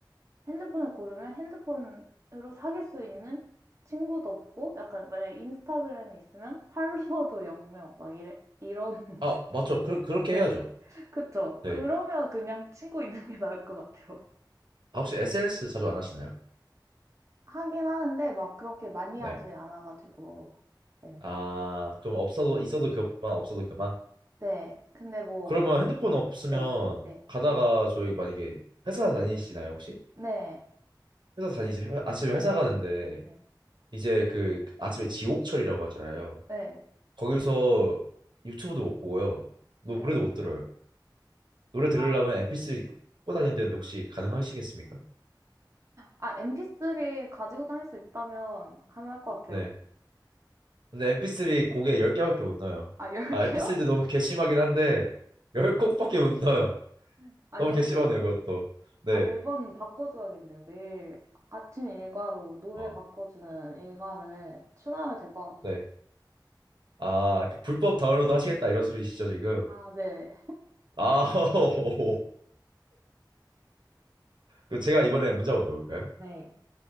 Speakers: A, on the right; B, on the right.
A: 핸드폰을 고르면 핸드폰으로 사귈 수 있는 친구도 없고, 약간 만약에 인스타그램이 있으면 팔로워도 0명, 막 이래, 이런, <laughs>
B: 아 맞죠. 그, 그렇게
A: 네.
B: 해야죠.
A: 그쵸.
B: 네.
A: 그러면 그냥 친구 있는 게 나을 것 같아요.
B: 아 혹시 SNS 자주 안 하시나요?
A: 하긴 하는데 막 그렇게 많이
B: 네.
A: 하진 않아가지고. 네.
B: 아 그럼 없어도 있어도 그만 없어도 그만.
A: 네. 근데 뭐,
B: 그러면 핸드폰 없으면
A: 네. 네.
B: 가다가 저희 만약에 회사 다니시나요, 혹시?
A: 네.
B: 회사 다니지 회- 아침에 회사 가는데
A: 네.
B: 이제 그, 그 아침에 지옥철이라고 하잖아요.
A: 네.
B: 거기서 유튜브도 못 보고요. 노래도
A: 네.
B: 못 들어요. 노래
A: 아,
B: 들으려면 MP3 꽂고 다녀야 되는데 혹시 가능하시겠습니까?
A: 아, MP3 가지고 다닐 수 있다면 가능할 것 같아요.
B: 네. 근데 MP3 곡에 10개밖에 못 넣어요.
A: 아, 열개요
B: 아, MP3도 너무 괘씸하긴 한데 10곡밖에 못 넣어요.
A: 음. 아,
B: 너무
A: 열
B: 괘씸하네요,
A: 네, 거
B: 그것도. 네.
A: 아, 네. 매번 바꿔줘야겠네요. 매일 아침 일과로 노래
B: 아,
A: 바꿔주는 일과를 추가하면 될 것 같아요.
B: 네. 아, 이렇게 불법 다운로드 하시겠다 이런 소리시죠, 지금?
A: 아, 네.
B: 아, <laughs> 그 제가 이번에 문제 한번 내볼까요?
A: 네,